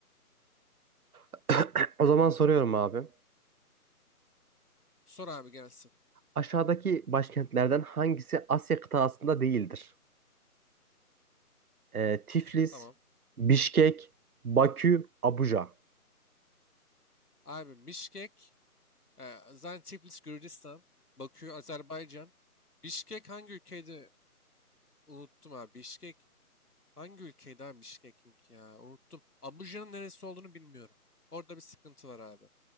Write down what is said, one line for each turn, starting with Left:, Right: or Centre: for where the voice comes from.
Right: <clears throat> O zaman soruyorum abi.
Left: Sor abi gelsin.
Right: Aşağıdaki başkentlerden hangisi Asya kıtasında değildir? Ee, Tiflis,
Left: Tamam.
Right: Bişkek, Bakü, Abuja.
Left: Abi Mişkek, e, zaten Tiflis Gürcistan, Bakü Azerbaycan. Bişkek hangi ülkeydi? Unuttum abi. Bişkek Hangi ülkeydi abi Bişkek'in ya? Unuttum. Abuja'nın neresi olduğunu bilmiyorum. Orada bir sıkıntı var abi.